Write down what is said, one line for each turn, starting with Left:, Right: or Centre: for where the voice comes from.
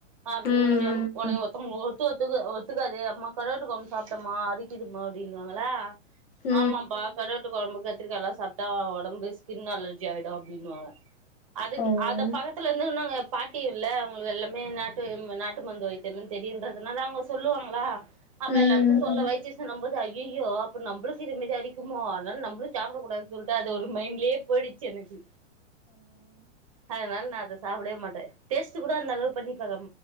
Right: ஆ <unintelligible> ங்க
Left: ம்
Right: ஒத்து ஒத்துக்கு ஒத்துக்காது அம்மா கரோட்டு கொழும்பு சாப்டமா அரிக்குதுமா அப்படின்னுவாங்கள
Left: ம்
Right: ஆமாப்பா கருவாட்டு குழம்பு கத்திரிக்காலா சாப்பிட்டா உடம்பு ஸ்கின்னு அலர்ஜி ஆயிடும் அப்பிடின்னுவாங்க அதுக்கு
Left: ம்
Right: அத பக்கத்துலே இருந்திருந்தாங்கே பாட்டி ஊர்ல அவுங்களுக்கு எல்லாமே நாட்டும் நாட்டு மருந்து வைத்தியம்லா தெரியுன்றதுனாலே அவங்க சொல்லுவாங்களா அப்ப
Left: ம்
Right: எல்லாருக்கு சொல்ல வைத்திஸ் து நம்மது ஐய்யய்யோ அப்ப நம்ளுக்கு இது மாரி அறிக்குமோ ஆதனால நம்பலு சாப்டக்கூடாது சொல்ட்டு அது ஒரு மைண்ட்லே பொயிடிச் எனக்கு அதனால நா அதே சாப்டவே மாட்டே டேஸ்ட் குட அந்த அளவு பண்ணிப்பாக்க